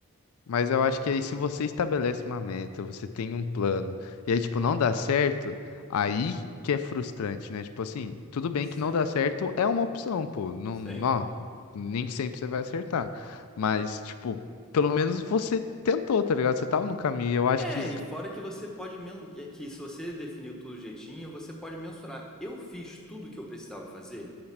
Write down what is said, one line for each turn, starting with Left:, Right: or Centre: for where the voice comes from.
Left: Mas eu acho que aí se você estabelece uma meta, você tem um plano, e aí, tipo, não dá certo, aí que é frustrante, né? Tipo assim, tudo bem
Centre: Sim.
Left: que não dá certo é uma opção, pô. Não,
Centre: Sim.
Left: não, nem sempre você vai acertar. Mas, tipo, pelo menos você tentou, tá ligado? Você tava no caminho. Eu acho
Centre: É,
Left: que
Centre: e fora que você pode, men- é que se você definiu tudo jeitinho, você pode mensurar. Eu fiz tudo o que eu precisava fazer?